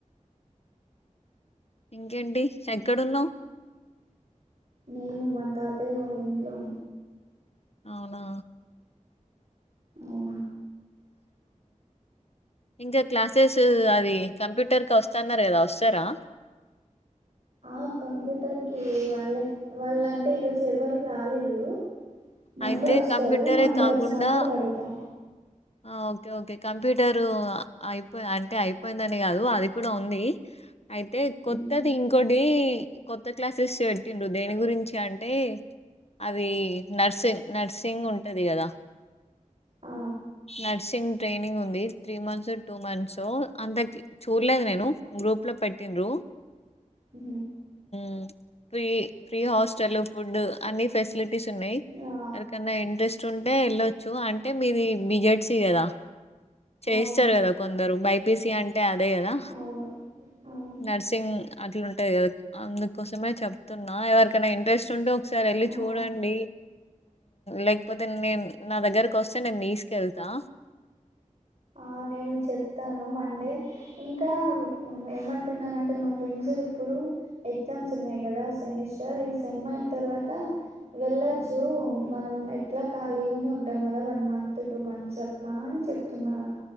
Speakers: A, on the left; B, on the right.
A: ఇంకేంటి ఎక్కడున్నావ్
B: నేను మా తాతయ్య వాళ్ళ ఇంట్లో
A: అవునా
B: ఆఓ
A: ఇంకా క్లాసెసు అది కంప్యూటర్ కొస్తాన్నారు కదా వస్తారా
B: ఆ కంప్యూటర్ కి వాళ్ళ వాళ్ళంటే ఈరోజు ఎవరు రాలేదు. మండే
A: అయితే
B: వస్తారు
A: కంప్యూటరే
B: మండే
A: కాకుండా
B: వచ్చినప్పుడు అడుగుతా
A: ఆ ఓకే ఓకే కంప్యూటరు అ అయిపోయి అంటే అయిపోయిందని కాదు అది కూడా ఉంది. అయితే కొత్తది
B: ఉమ్,
A: ఇంకొట్ దే కొత్త క్లాసెస్ పెట్టిండ్రు దేని గురించి అంటే అది నర్సింగ్ నర్సింగ్ ఉంటది కదా
B: ఆ
A: నర్సింగ్ ట్రైనింగ్ ఉంది three months so two months so అంత చూడలేదు నేను. గ్రూప్ లో పెట్టిన్రు
B: ఉ
A: ఉ ఫ్రీ ఫ్రీ హాస్టల్ ఫుడ్ అన్ని ఫెసిలిటీస్ ఉన్నాయ్
B: ఆ
A: ఎవరికన్నా ఇంట్రెస్ట్ ఉంటే వెళ్ళొచ్చు అంటే మీది బిజెట్సి కదా చేయిస్తారు
B: అవును
A: కదా కొందరు బైపిసి అంటే అదే కదా.
B: అవును అవును
A: నర్సింగ్ అట్లాంటాది కదా అందుకోసమే చెప్తున్నా ఎవరికైనా ఇంట్రెస్ట్ ఉంటే ఒకసార వెళ్లి
B: ఆ
A: చూడండి లేకపోతే నేను నా దగ్గరకు వస్తే నేను తీసుకెళ్తా
B: ఆ నేను చెప్తాను మండే ఇంకా ఏమంటున్నంటే మా ఫ్రెండ్స్ ఇప్పుడు ఎగ్జామ్స్ ఉన్నాయి కదా సెమిస్టర్ ఈ సెమ్ అయిన తర్వాత వెళ్లచ్చు మనం ఎట్లా ఖాళీగానే ఉంటాం కదా వన్ మంత్ టూ మంత్స్ అట్లా అని చెప్తున్నారు